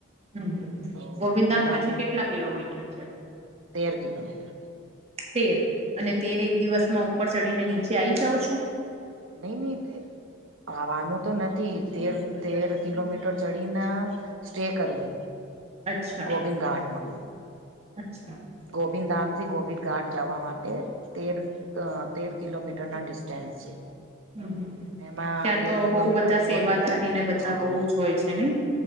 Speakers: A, on the right; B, on the right.
A: હમ્મ હમ્મ
B: તો
A: ગોવિંદધામ
B: ગોબીધામ
A: પછી કેટલા કિલોમીટર છે.?
B: તેર કિલોમીટર
A: તેર અને તેર એક દિવસમાં ઉપર ચડીને નીચે આઈ જાવુ છુ.
B: નહી નહી. ખવાનું તો નથી તેર તેર કિલોમીટર ચડીને સ્ટે કરવો
A: અચ્છા
B: ગોવિંદ ઘાટમાં.
A: અચ્છા.
B: ગોવિંદ ધામથી ગોબિંદ ઘાટ જવા માટે તે તેર તેર કિલોમીટર ના ડિસ્ટન્સ છે.
A: હમ હમ
B: એમાં
A: ત્યાં
B: તેર
A: તો
B: કિલોમીટર
A: બહુ બધા સેવાદારીને
B: ગુર
A: બધા
B: હા
A: બહુ જ હોય છે ને